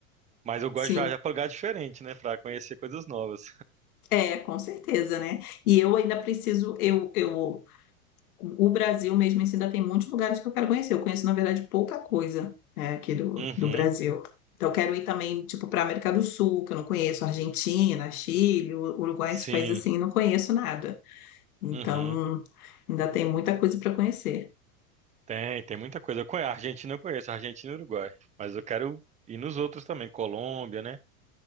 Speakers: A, on the right (about 15°); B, on the left (about 75°).
A: Mas eu gosto
B: sim.
A: de viajar pra lugar diferente, né, pra conhecer coisas novas.
B: É, com certeza, né? E eu ainda preciso, eu, eu, o Brasil mesmo assim, ainda tem muitos lugares que eu quero conhecer. Eu conheço, na verdade, pouca coisa, né, aqui do,
A: Uhum,
B: do Brasil. Então, eu quero ir também, tipo, para a América do Sul, que eu não conheço, Argentina, Chile, U- Uruguai,
A: sim,
B: esses países assim, eu não conheço nada. Então,
A: uhum.
B: ainda tem muita coisa para conhecer.
A: Tem, tem muita coisa. Eu conheço, a Argentina eu conheço, a Argentina e o Uruguai. Mas eu quero ir nos outros também, Colômbia, né,